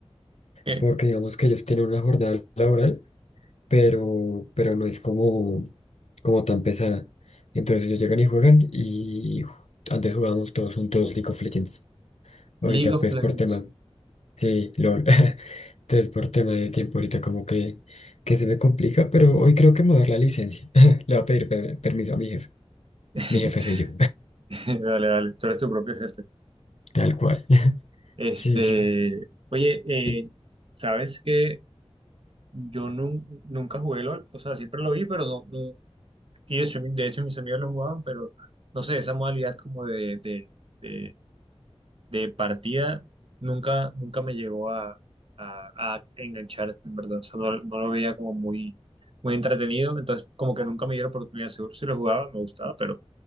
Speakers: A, on the right; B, on the left.
A: Eh,
B: porque digamos que ellos tienen una jornada laboral. pero, pero no es como, como tan pesada. Entonces ellos llegan y juegan y ju- antes jugábamos todos juntos League of Legends. Ahorita
A: League of
B: pues
A: Legends.
B: por temas, sí, LOL. <laughs> Entonces por tema de tiempo ahorita como que, que se me complica, pero hoy creo que me voy a dar la licencia. <laughs> Le voy a pedir pe- permiso a mi jefe.
A: <laughs>
B: Mi jefe soy yo,
A: Dale, dale, tú eres tu propio jefe.
B: <laughs> tal cual. <laughs>
A: Este,
B: Sí, sí.
A: oye,
B: Y-
A: eh, ¿sabes qué? Yo nu- nunca jugué LOL, o sea, siempre lo vi, pero no, no- y de hecho, mi- de hecho mis amigos lo jugaban, pero no sé, esa modalidad como de, de, de, de partida nunca, nunca me llegó a, a, a enganchar, en verdad, o sea, no, no lo veía como muy, muy entretenido, entonces como que nunca me dio la oportunidad, seguro si lo jugaba me gustaba, pero